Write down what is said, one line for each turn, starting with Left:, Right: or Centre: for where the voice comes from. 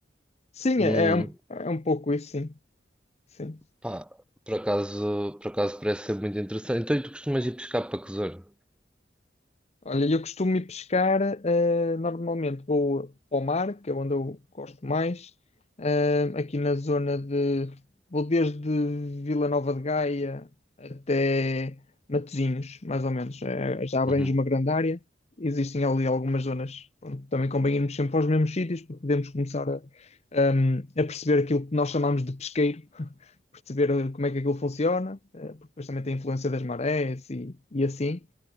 Left: Sim,
Centre: Hum,
Left: é, é um, é um pouco isso, sim. Sim.
Centre: pá, por acaso, por acaso parece ser muito interessante. Então, e tu costumas ir pescar para que zona?
Left: Olha, eu costumo ir pescar, eh, normalmente vou ao mar, que é onde eu gosto mais, eh, aqui na zona de. Vou desde Vila Nova de Gaia até Matosinhos, mais ou menos. Eh, já abrange
Centre: Uhum.
Left: uma grande área. Existem ali algumas zonas. Pronto, também convém irmos sempre aos mesmos sítios para podermos começar a, ehm, a perceber aquilo que nós chamamos de pesqueiro, <laughs> perceber eh, como é que aquilo funciona, eh, porque depois também tem a influência das marés e, e assim.